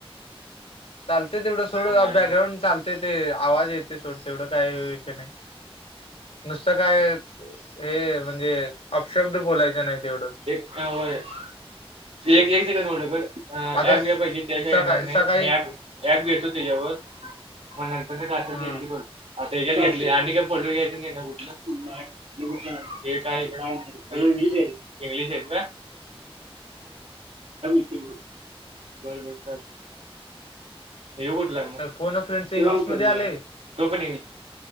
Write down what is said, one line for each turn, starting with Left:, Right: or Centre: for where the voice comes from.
Left: चालते तेवढं सोड
Right: नाही
Left: बॅकग्राऊंड
Right: नाही.
Left: चालते ते आवाज येते सोड तेवढं काय नाही नुसतं काय हे म्हणजे अपशब्द बोलायचा नाही तेवढंच
Right: ह होय एक एक जग ॲप
Left: आता
Right: घे पै की त्या काही
Left: सकाळी
Right: येणार नाही
Left: सकाळी
Right: मी ऍप ऍप घेतो त्याच्यावर मग नंतर का करतो
Left: हा
Right: आता हेच्यात घेतले आणि काय पट घ्यायच नाही ना कुठलं हे काय <inaudible> हीच इंग्लिश आहेत का <inaudible> बर बर हे कुठला
Left: फोन फ्रेंडस इंग्लिशमध्ये
Right: कट
Left: आले
Right: तोपन